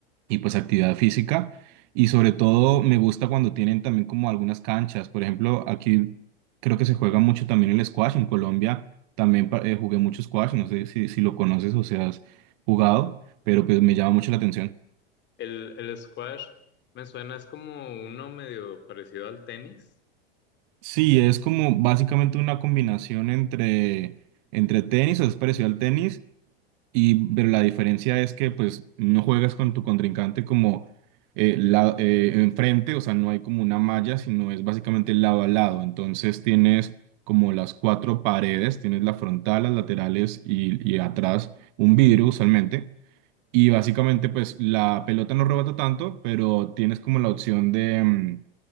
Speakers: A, on the right (about 50°); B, on the left (about 35°).
A: y pues actividad física. Y sobre todo me gusta cuando tienen también como algunas canchas. Por ejemplo, aquí creo que se juega mucho también el squash. En Colombia también pa- eh, jugué mucho squash. No sé si, si lo conoces o si has jugado, pero pues me llama mucho la atención.
B: El, el squash me suena, es como uno medio parecido al tenis.
A: Sí, es como básicamente una combinación entre, entre tenis, o es parecido al tenis, Y, pero la diferencia es que pues no juegas con tu contrincante como eh, la- eh, enfrente, o sea, no hay como una malla, sino es básicamente lado a lado. Entonces tienes como las cuatro paredes, tienes la frontal, las laterales y, y atrás un vidrio usualmente. Y básicamente pues la pelota no rebota tanto, pero tienes como la opción de, mm,